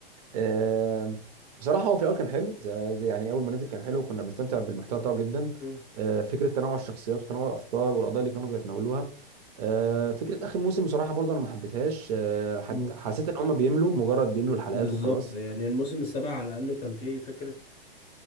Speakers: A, on the right (about 40°); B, on the left (about 20°).
A: آم، بصراحه هو في الاول كان حلو زي زي- يعني اول ما نزل كان حلو وكنا بنستمتع بالمحتوى بتاعه جدا
B: مم.
A: آه، فكره تنوع الشخصيات وتنوع الافكار والقضايا اللي كانوا بيتناولوها آه، فكره اخر موسم بصراحه برضه انا ما حبيتهاش آه، حد-
B: مم.
A: حسيت ان هم بيملوا مجرد بيملوا الحلقات
B: بالظبط
A: وخلاص
B: يعني الموسم السابع على الاقل كان فيه فكره